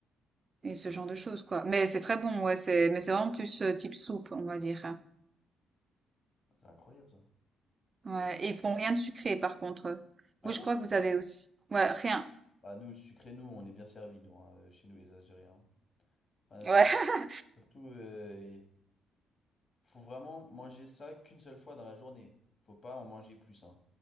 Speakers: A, on the right; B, on the left.
A: et ce genre de choses, quoi. Mais c'est très bon, ouais. C'est, mais c'est vraiment plus euh, type soupe, on va dire. hein.
B: C'est incroyable ça.
A: Ouais. Et ils font rien de sucré, par contre.
B: Ah
A: Vous,
B: bon?
A: je crois que vous avez aussi. Ouais, rien.
B: Bah, nous, sucrés, nous, on est bien servis, nous, hein, chez nous, les Algériens. Enfin,
A: Ouais.
B: surtout,
A: <laughs>
B: surtout euh, faut vraiment manger ça qu'une seule fois dans la journée. Faut pas en manger plus, hein.